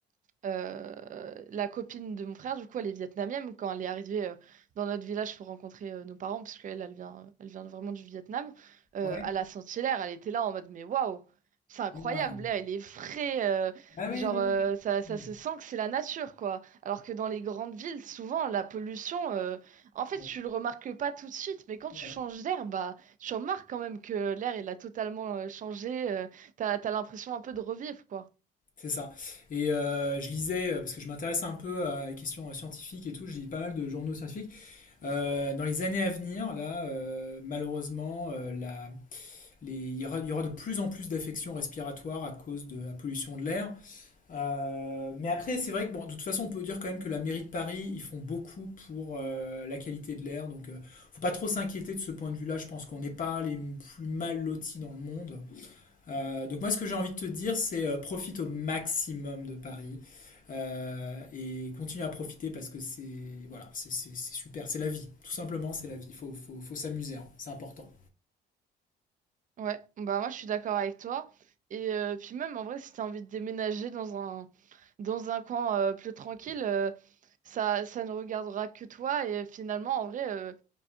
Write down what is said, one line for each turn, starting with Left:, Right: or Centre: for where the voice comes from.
Right: euh, la copine de mon frère, du coup, elle est vietnamienne. Quand elle est arrivée euh, dans notre village pour rencontrer euh, nos parents, parce qu'elle, elle vient, elle vient vraiment du Vietnam, euh,
Left: ouais.
Right: à la Saint-Hilaire, elle était là en mode, mais waouh, c'est incroyable,
Left: Ah,
Right: l'air, il est frais, euh,
Left: Ah oui,
Right: genre,
Left: oui.
Right: euh,
Left: oui.
Right: ça, ça
Left: Hmm.
Right: se sent que c'est la nature, quoi. Alors que dans les grandes villes, souvent, la pollution, euh, en fait,
Left: Ouais,
Right: tu le remarques pas tout de suite, mais quand
Left: voilà.
Right: tu changes d'air, bah, tu remarques quand même que l'air, il a totalement euh, changé, euh, t'as, t'as l'impression un peu de revivre, quoi.
Left: C'est ça. Et euh, je lisais, euh, parce que je m'intéresse un peu à la question scientifique et tout, je lis pas mal de journaux scientifiques, Euh, dans les années à venir, là, euh, malheureusement, euh, la- les- il, y aura, il y aura de plus en plus d'affections respiratoires à cause de la pollution de l'air. Euh, mais après, c'est vrai que, bon, de toute façon, on peut dire quand même que la mairie de Paris, ils font beaucoup pour euh, la qualité de l'air. Donc, euh, faut pas trop s'inquiéter de ce point de vue-là. Je pense qu'on n'est pas les plus mal lotis dans le monde. Euh, donc moi, ce que j'ai envie de te dire, c'est euh, profite au maximum de Paris euh, et continue à profiter parce que c'est voilà, c'est c'est- c'est super, c'est la vie. Tout simplement, c'est la vie. Il faut, faut, faut s'amuser, hein. C'est important.
Right: Ouais, bah moi je suis d'accord avec toi. Et euh, puis même en vrai, si t'as envie de déménager dans un dans un coin euh, plus tranquille, euh, ça ça ne regardera que toi. Et finalement, en vrai, euh,